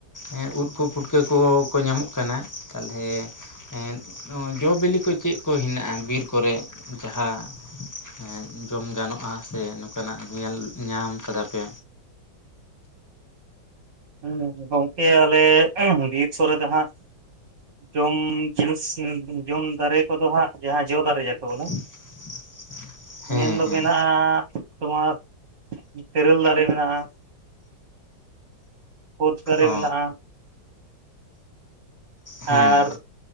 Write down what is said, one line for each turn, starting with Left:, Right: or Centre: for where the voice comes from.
Left: ᱦᱮᱸ ᱩᱫ ᱠᱚ ᱯᱩᱴᱠᱟᱹ ᱠᱚ ᱠᱚ ᱧᱟᱢᱚᱜ ᱠᱟᱱᱟ ᱛᱟᱞᱦᱮ ᱦᱮᱸᱜ ᱚᱸ ᱡᱚᱼᱵᱤᱞᱤ ᱠᱚ ᱪᱮᱫ ᱠᱚ ᱦᱮᱱᱟᱜᱼᱟ ᱵᱤᱨ ᱠᱚᱨᱮ ᱾ ᱡᱟᱦᱟ ᱦᱮᱸ ᱡᱚᱢ ᱜᱟᱱᱚᱜᱼᱟ ᱥᱮ ᱱᱚᱝᱠᱟᱱᱟᱜ ᱧᱮᱞ ᱧᱟᱢ ᱠᱟᱫᱟ ᱯᱮ
Right: <unintelligible> ᱜᱚᱝᱠᱮ ᱟᱞᱮ ᱵᱤᱨ ᱠᱥᱩᱨ ᱨᱮ ᱫᱚ ᱦᱟᱸᱜ ᱡᱚᱢ ᱡᱤᱱᱤᱥ ᱡᱚᱢ ᱫᱟᱨᱮ ᱠᱚᱫᱚ ᱦᱟᱸᱜ ᱡᱟᱦᱟᱸ ᱡᱚ ᱫᱟᱨᱮ ᱡᱟᱠᱮ ᱵᱚᱞᱮ
Left: <unintelligible> ᱦᱮᱸ
Right: ᱢᱮᱱᱫᱚ
Left: ᱦᱮᱸ
Right: ᱢᱮᱱᱟᱜᱼᱟ ᱛᱳᱢᱟᱨ ᱛᱤᱨᱮᱞ ᱫᱟᱨᱮ ᱢᱮᱱᱟᱜᱼᱟ᱾ ᱠᱳᱫ ᱫᱟᱨᱮ
Left: ᱚ
Right: ᱢᱮᱱᱟᱜᱼᱟ
Left: ᱦᱮᱸ
Right: ᱟᱨ